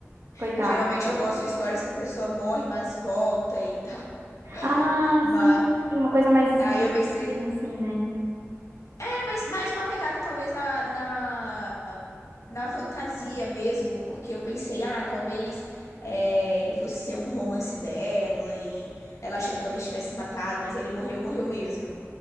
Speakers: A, on the right; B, on the left.
A: Coitado.
B: É, geralmente eu gosto de histórias que a pessoa morre, mas volta e tal.
A: Ah,
B: <laughs> Mas
A: sim, sim, uma coisa mais espiritismo,
B: aí eu pensei,
A: assim, né?
B: é, mas mais uma pegada talvez na, na na fantasia mesmo, porque eu pensei, ah, talvez é, ele fosse ser um romance dela e ela achou que talvez tivesse matado, mas ele morreu, morreu mesmo.